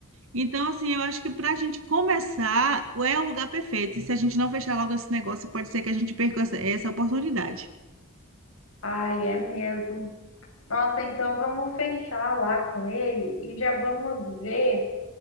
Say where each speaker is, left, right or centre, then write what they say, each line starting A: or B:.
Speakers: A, on the right (about 70°); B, on the left (about 70°).
A: Então, assim, eu acho que para a gente começar é o lugar perfeito. E se a gente não fechar logo esse negócio, pode ser que a gente perca essa essa oportunidade.
B: Ai, é mesmo. Nossa, então vamos fechar lá com ele e já vamos ver.